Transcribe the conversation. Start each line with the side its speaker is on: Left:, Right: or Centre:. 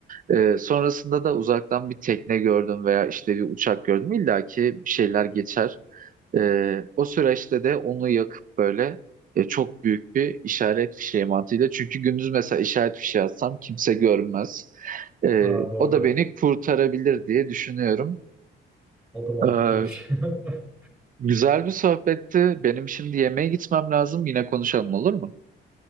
Right: E, sonrasında da uzaktan bir tekne gördüm veya işte bir uçak gördüm. İlla ki bir şeyler geçer. Ee, o süreçte de onu yakıp böyle e, çok büyük bir işaret fişeği mantığıyla. Çünkü gündüz mesela işaret fişeği atsam kimse görmez. Ee,
Centre: ha, doğru
Right: o da beni kurtarabilir diye düşünüyorum.
Centre: o da mantıklıymış
Right: Ee,
Centre: <laughs>
Right: güzel bir sohbetti. Benim şimdi yemeğe gitmem lazım. Yine konuşalım olur mu?